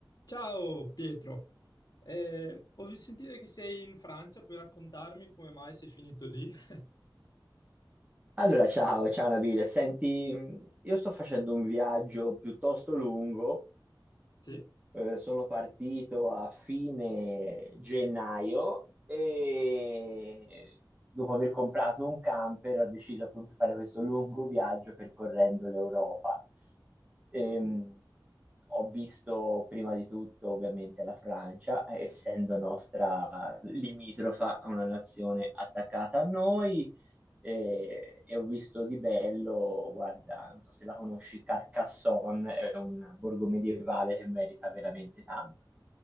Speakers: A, on the left; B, on the right.
A: Ciao Pietro, Eh, ho sentito che sei in Francia, puoi raccontarmi come mai sei finito lì? <laughs>
B: Allora, ciao, ciao Nabile. Senti, mh, io sto facendo un viaggio piuttosto lungo.
A: Sì.
B: eh, sono partito a fine gennaio e dopo aver comprato un camper ho deciso appunto di fare questo lungo viaggio percorrendo l'Europa. Ehm, ho visto prima di tutto ovviamente la Francia, essendo nostra limitrofa, una nazione attaccata a noi e, e ho visto di bello, guarda, non so se la conosci, Carcassonne, è un borgo medievale che merita veramente tanto.